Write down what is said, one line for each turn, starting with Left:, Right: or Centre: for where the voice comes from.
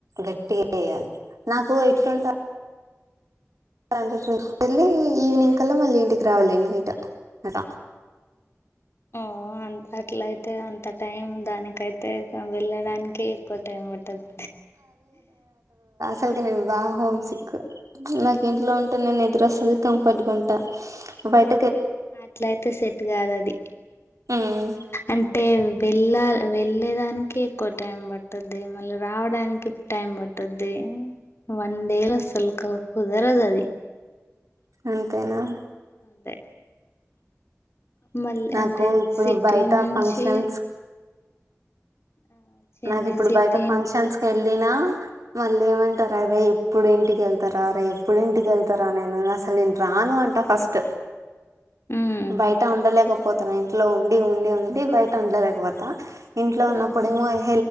Right: గట్టిగా ఎయ్యాలి నాకు ఎట్లుంట అంత చూసుకెళ్ళీ ఈవినింగ్ కల్ల మళ్ళీ ఇంటికి రావాలి నైట్ అలా
Left: ఓ అంత్ అట్లయితే అంత టైం దానికైతే వెళ్ళడానికీ ఎక్కువ టైం పట్టద్
Right: <inaudible> బాగ హోం సిక్ నాకు ఇంట్లో ఉంటేనె నిద్రొస్తది కంఫర్ట్ గుంట బైట్
Left: అట్లయితె సెట్ గాదు అది
Right: ఉమ్
Left: అంటే వెళ్ళాల్ వెళ్ళేదానికి ఎక్కువ టైం పట్టుద్ది మళ్ళీ రావడానికి టైం పట్టుద్ది వన్ డేలొ అసల్క్ కుదరదు అది
Right: అంతేనా
Left: అంతె మళ్ళీ
Right: నాకు
Left: అంటె
Right: ఇప్పుడు
Left: సిటీ
Right: బయట
Left: నుంచి
Right: ఫంక్షన్స్
Left: ఆ, చెన్నై
Right: నాకు ఇప్పుడు
Left: సిటీ
Right: బయట ఫంక్షన్స్ కి యెళ్లినా మళ్ళ ఏమంటార రే ఎప్పుడు ఇంటికి వెళ్తారా రే ఎప్పుడు ఇంటికి వెళ్తారా నేను అసలు నేను రాను అంట ఫస్ట్
Left: ఉమ్
Right: బయట ఉండలేక పోతన ఇంట్లో ఉండి ఉండి ఉండి బయట ఉండలేకపోతా ఇంట్లో ఉన్నప్పుడేమో
Left: ఉహు
Right: ఇ